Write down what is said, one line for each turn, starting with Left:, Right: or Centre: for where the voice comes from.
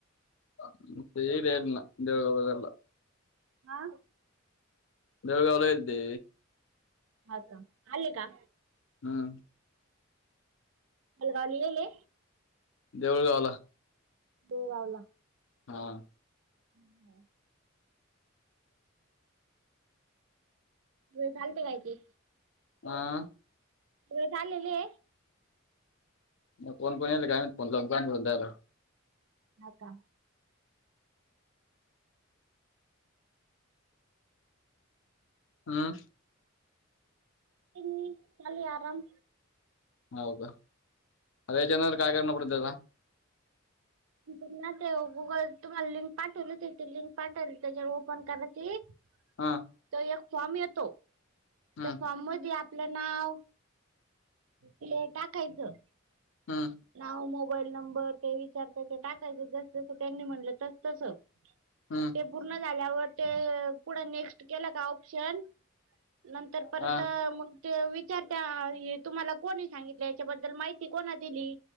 Left: <inaudible>
Right: हा.
Left: बेळगांवला गेलते.
Right: ह का आले का.
Left: हां
Right: हलवालेले.
Left: देऊळगावला.
Right: हो लावला.
Left: हा.
Right: ह् हो. लते काय ते.
Left: हा.
Right: त चाललेले.
Left: मग कोण कोण यायलय काय माहीत, फोन लावून पण बोलता यायल.
Right: हा का.
Left: हं.
Right: किणी चाली आराम.
Left: होव तर अरे जेवणाला काय करणार उद्याला
Right: तुम्हाला ते गुगल तुम्हाला, किंवा लिंक पाठवलिती ती लिंक पाठल. ततेज्यावर ओपन करा की <unintelligible>
Left: हा
Right: तो एक फॉम येतो.
Left: हम्म
Right: त्या फॉम मधी आप पलं नाव. ते टाकायचं
Left: हां आ.
Right: नाव मोबाईल नंबर ते इचार ते ते टाकायच जस कुठे, तेंनी म्हणलं त तस.
Left: हं
Right: ते पूर्ण झाल्यावर, ते अ पुढं नेक्स्ट केलं का ऑप्शन नंतर परत
Left: हा
Right: मंग ते विचारत्या ये तुम्हाला कोणी सांगितले, याच्याबद्दल माहिती कोणा दिली.